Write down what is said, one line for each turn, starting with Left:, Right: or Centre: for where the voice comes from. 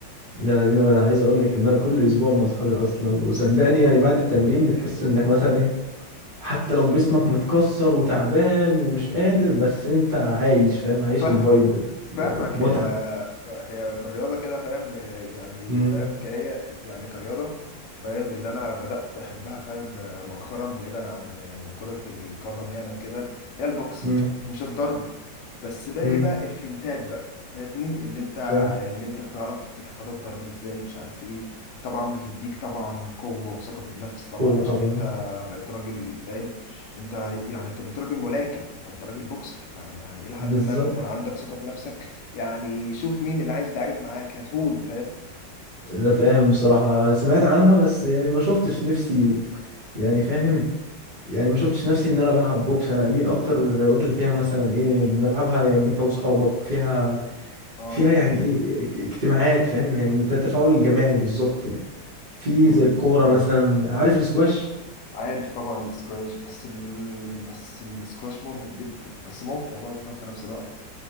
Right: ده انا بيني وبينك انا عايز اقول لك ان انا كل اسبوع مع اصحابي اصلا وصدقني يعني بعد التمرين بتحس انك مثلا إيه حتى لو جسمك متكسر وتعبان ومش قادر بس انت عايش فاهم عايش
Left: فاهمك
Right: الفايب بتاع المتعة
Left: فاهمك هي هي في الرياضة كده فاهم يعني
Right: مم.
Left: فاهم كهي يعني كرياضة فاهم اللي أنا بدأت أحبها فاهم مؤخرا بعيدا عن كرة القدم يعني وكده هي البوكس
Right: مم.
Left: مش الضرب بس باقي
Right: مم.
Left: بقى الفنتات بقى فاهمني اللي انت
Right: فاهم
Left: اللي انت بتعرف تتفادى الضرب ازاي مش عارف ايه طبعا بتديك طبعا قوة وثقة بالنفس طبعا
Right: قوة
Left: عشان
Right: طبعا
Left: انت بقيت راجل فاهم انت يعني انت بقيت راجل ملاكم فانت راجل بوكسر فيعني الى حد
Right: بالظبط
Left: ما بيكون عندك ثقه في نفسك يعني شوف مين اللي عايز يتعارك معاك هاتهولي فاهم
Right: انا فاهم بصراحة سمعت عنها بس يعني ما شفتش نفسي يعني فاهم يعني ما شفتش نفسي ان انا بلعب بوكس انا اميل اكتر للرياضات اللي فيها مثلا ايه بنلعبها يعني انت واصحابك فيها
Left: اه
Right: فيها يعني ايه اك- اجتماعات فاهم يعني تفاعل جماعي بالظبط يعني في
Left: مم.
Right: زي الكورة مثلا عارف السكواش
Left: عارف طبعا السكواش بس ال... بس السكواش مرهق جدا بس ممتع برضه فاهم في نفس الوقت